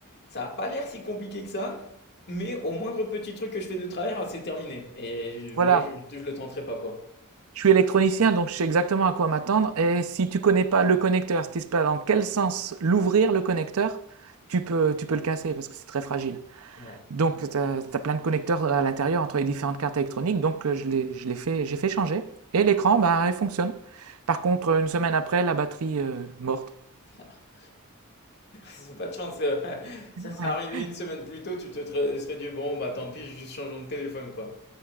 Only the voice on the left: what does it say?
ça n'a pas l'air si compliqué que ça, mais au moindre petit truc que je fais de travers, c'est terminé. Et je-
moi, je ne le tenterai pas, quoi.
Ouais.
<laughs> C'est pas de chance. euh, <laughs> Ça serait
arrivé une semaine plus tôt, tu te tra- serais dit, bon, bah tant pis, juste changeons de téléphone, quoi.